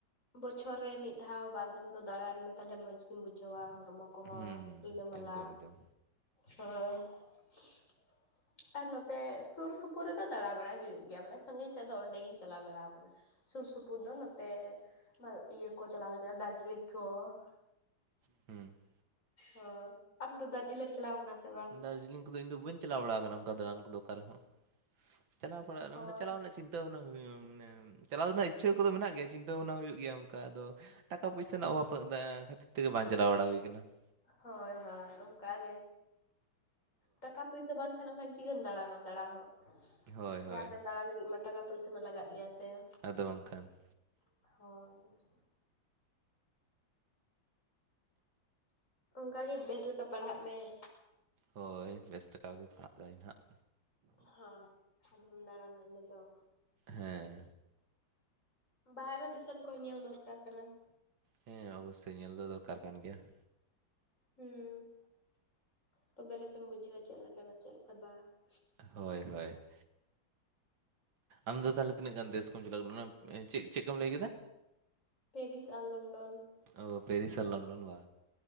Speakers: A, on the left; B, on the right.
A: ᱵᱚᱪᱷᱚᱨ ᱨᱮ ᱢᱤᱫ ᱫᱷᱟᱣ ᱵᱟᱨᱫᱚᱢ ᱫᱚ ᱫᱟᱲᱟᱱ ᱢᱮ ᱛᱟᱦᱚᱞᱮ ᱢᱚᱸᱡᱽ ᱜᱮᱢ ᱵᱩᱡᱷᱟᱹᱣᱟ ᱦᱚᱲᱢᱚ ᱠᱚᱦᱚᱸ
B: ᱦᱩᱸ
A: ᱨᱤᱞᱟᱹᱢᱟᱞᱟ
B: ᱮᱠᱫᱚᱢ ᱮᱠᱫᱚᱢ
A: ᱦᱚᱭ ᱾ ᱟᱨ ᱱᱚᱛᱮ ᱥᱩᱨ ᱥᱩᱯᱩᱨ ᱨᱮᱫᱚ ᱫᱟᱬᱟ ᱵᱟᱲᱟᱭ ᱦᱩᱭᱩᱜ ᱜᱮᱭᱟ ᱢᱟᱱᱮ ᱥᱟᱺᱜᱤᱧ ᱥᱮᱜ ᱫᱚ ᱚᱸᱰᱮ ᱜᱤᱧ ᱪᱟᱞᱟᱣ ᱵᱟᱲᱟ ᱟᱠᱟᱱᱟ ᱾ ᱥᱩᱨ ᱥᱩᱯᱩᱨ ᱫᱚ ᱱᱚᱛᱮ ᱤᱭᱟᱹ ᱠᱚ ᱪᱟᱞᱟᱣ ᱦᱩᱭ ᱠᱟᱱᱟ ᱫᱟᱨᱡᱤᱞᱤᱝ ᱠᱚ ᱾ <inaudible>
B: ᱦᱩᱸ ᱾
A: ᱚ ᱟᱢ ᱫᱚ ᱫᱟᱨᱡᱤᱞᱤᱝ ᱪᱞᱟᱣ ᱠᱟᱱᱟ ᱥᱮ? ᱵᱟᱝ
B: ᱫᱟᱨᱡᱤᱞᱤᱝ ᱠᱚᱫᱚ ᱤᱧᱫᱚ ᱵᱟᱹᱧ ᱪᱟᱞᱟᱣ ᱵᱟᱲᱟ ᱟᱠᱟᱱᱟ ᱚᱱᱠᱟ ᱫᱟᱲᱟᱱ ᱠᱚᱫᱚ ᱚᱠᱟᱨᱮ ᱦᱚᱸ ᱾ ᱪᱟᱞᱟᱣ ᱯᱟᱲᱟᱜ
A: ᱦᱳᱭ
B: ᱢᱟᱱᱮ ᱪᱟᱞᱟᱣ ᱨᱮᱱᱟᱜ ᱪᱤᱱᱛᱟᱹ ᱢᱟᱱᱮ ᱪᱟᱞᱟᱣ ᱨᱮᱱᱟᱜ ᱤᱪᱪᱷᱟᱹ ᱠᱚᱫᱚ ᱢᱮᱱᱟᱜ ᱜᱮᱭᱟ ᱪᱤᱱᱛᱟᱹ ᱵᱷᱟᱵᱱᱟ ᱦᱩᱭᱩᱜ ᱜᱮᱭᱟ ᱚᱱᱠᱟ ᱟᱫᱚ ᱴᱟᱠᱟ ᱯᱩᱭᱥᱟ ᱨᱮᱱᱟᱜ ᱚᱵᱷᱟᱵᱽ <unintelligible> ᱠᱷᱟᱹᱛᱤᱨ ᱛᱮᱜᱮ ᱵᱟᱝ ᱪᱟᱞᱟᱣ ᱵᱟᱲᱟ ᱦᱩᱭ‌ ᱟᱠᱟᱱᱟ ᱾
A: ᱦᱚᱭ ᱦᱚᱭ ᱚᱱᱠᱟ ᱜᱮ ᱴᱟᱠᱟ ᱯᱩᱭᱥᱟ ᱵᱟᱝ ᱛᱟᱦᱚᱞᱮ ᱠᱷᱟᱱ ᱪᱤᱠᱟᱹᱢ ᱫᱟᱬᱟᱱᱟ ᱫᱟᱬᱟ ᱦᱚᱸ
B: ᱦᱳᱭ
A: ᱡᱟᱦᱟᱸᱛᱮ
B: ᱦᱳᱭ
A: ᱫᱟᱬᱟ ᱞᱟᱹᱜᱤᱫ ᱢᱟ ᱴᱟᱠᱟ ᱯᱩᱭᱥᱟ ᱢᱟ ᱞᱟᱜᱟᱜ ᱜᱮᱭᱟ ᱥᱮ ᱾
B: ᱟᱫᱚ ᱵᱟᱝᱠᱷᱟᱱ ᱾
A: ᱦᱚᱭ ᱾ ᱚᱱᱠᱟ ᱜᱮ ᱵᱮᱥ ᱞᱮᱠᱟ ᱯᱟᱲᱦᱟᱜ ᱢᱮ ᱾
B: ᱦᱚᱭ ᱵᱮᱥ ᱞᱮᱠᱟᱜᱮ ᱯᱟᱲᱦᱟᱜ ᱠᱟᱱᱟ ᱱᱟᱦᱟᱜ ᱾
A: ᱦᱟᱸ ᱟᱢᱦᱚᱸᱢ ᱫᱟᱬᱟᱱᱟ ᱤᱱᱟᱹᱜ ᱫᱚ ᱾
B: ᱦᱮᱸ
A: ᱵᱟᱦᱚᱨᱮ ᱫᱤᱥᱚᱢ ᱠᱚᱦᱚᱸ ᱧᱮᱞ ᱫᱚᱨᱠᱟᱨ ᱠᱟᱱᱟ ᱾
B: ᱦᱮᱸ ᱚᱵᱚᱥᱥᱚᱭ ᱧᱮᱞ ᱫᱚ ᱫᱚᱨᱠᱟᱨ ᱠᱟᱱ ᱜᱮᱭᱟ ᱾
A: ᱦᱩᱸ ᱛᱚᱵᱮ ᱨᱮᱥᱮᱢ ᱵᱩᱡᱷᱟᱹᱣᱟ ᱪᱮᱫ ᱞᱮᱠᱟᱱᱟᱜ ᱪᱮᱫ ᱞᱮᱠᱟ ᱵᱟᱝ ᱾
B: ᱦᱚᱭ ᱦᱚᱭ ᱾ ᱟᱢᱫᱚ ᱛᱟᱦᱚᱞᱮ ᱛᱤᱱᱟᱹᱜ ᱜᱟᱱ ᱫᱮᱥ ᱠᱚᱢ ᱪᱟᱞᱟᱣ ᱪᱮᱫ ᱪᱮᱫ ᱠᱚᱢ ᱞᱟᱹᱭ ᱠᱮᱫᱟ?
A: ᱯᱮᱨᱤᱥ ᱟᱨ ᱞᱚᱱᱰᱚᱱ ᱾
B: ᱚ ᱯᱮᱨᱤᱥ ᱟᱨ ᱞᱚᱱᱰᱚᱱ ᱵᱟ